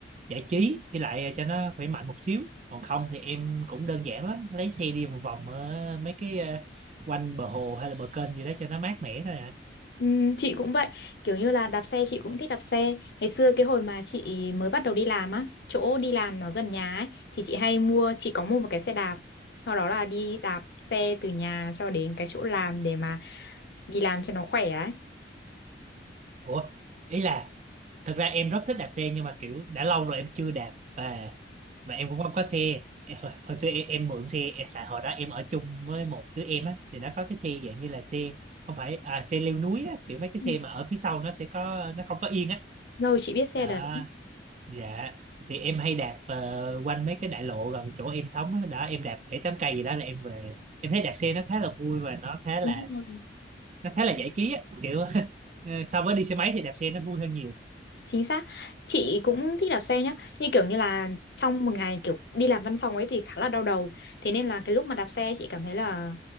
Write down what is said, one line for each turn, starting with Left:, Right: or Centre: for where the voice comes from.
Right: giải trí với lại cho nó khỏe mạnh một xíu còn không thì em cũng đơn giản lắm lấy xe đi một vòng ở mấy cái ờ, quanh bờ hồ hay là bờ kênh gì đó cho nó mát mẻ thôi à
Left: Ừm, chị cũng vậy, kiểu như là đạp xe chị cũng thích đạp xe. Ngày xưa cái hồi mà chị mới bắt đầu đi làm á, chỗ đi làm nó gần nhà ấy thì chị hay mua, chị có mua một cái xe đạp. Sau đó là đi đạp xe từ nhà cho đến cái chỗ làm để mà đi làm cho nó khỏe ấy.
Right: ủa ý là thật ra em rất thích đạp xe nhưng mà kiểu đã lâu rồi em chưa đạp và mà em cũng không có xe Em- hồi, hồi xưa em, em mượn xe em, tại hồi đó em ở chung với một đứa em á thì nó có cái xe dạng như là xe không phải à, xe leo núi á kiểu mấy cái
Left: Ừ.
Right: xe mà ở phía sau nó sẽ có nó không có yên á
Left: Rồi chị biết xe
Right: đó
Left: đấy.
Right: dạ thì em hay đạp ờ, quanh mấy cái đại lộ gần chỗ em sống á đó em đạp bảy tám cây gì đó là em về em thấy đạp xe nó khá là vui và nó khá là
Left: Đúng rồi.
Right: nó khá là giải trí á kiểu <laughs> so với đi xe máy thì đạp xe nó vui hơn nhiều
Left: Chính xác, chị cũng thích đạp xe nhá Như kiểu như là trong một ngày kiểu đi làm văn phòng ấy thì khá là đau đầu Thế nên là cái lúc mà đạp xe chị cảm thấy là